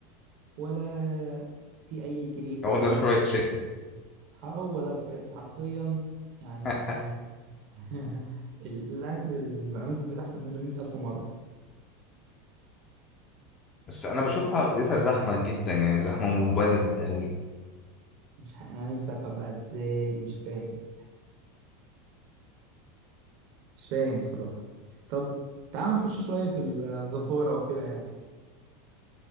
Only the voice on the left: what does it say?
هو ده
الفرايد تشيكن
<laughs>
بس انا بشوفها قضيتها زحمه جدا يعني زحمه مبالغ قوي